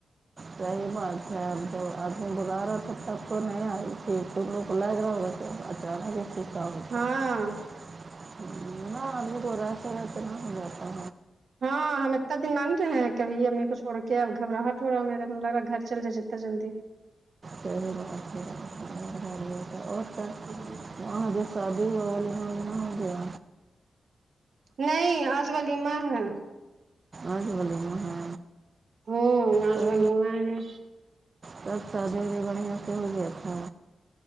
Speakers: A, on the right (about 35°); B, on the right (about 60°).
A: صحیح بات ہے اب تو آدمی بلا رہا تھا تب تو نہیں آئی تھی تم لوگ لے جاؤ گے <unintelligible>
B: ہاں
A: نہ آدمی کو رہتے رہتے کا ہوتا
B: ہاں ہم اتنا دن نہ رہے ہیں کبھی امی کو چھڑ کے اب گھبراہٹ ہو رہا ہے میرے م لگ رہا گھر چل جائے اتنا جلدی
A: صحیح بات ہے ج اور س
B: ا <unintelligible>
A: وہاں جو شادی ہوگ لین والین ہو گیا
B: نہیں آج ولیمہ ہے
A: آج ولیمہ ہے
B: ہوں آج
A: تو
B: ولیمہ ہے
A: سب سادی بڑھیا سے ہو گیا تھا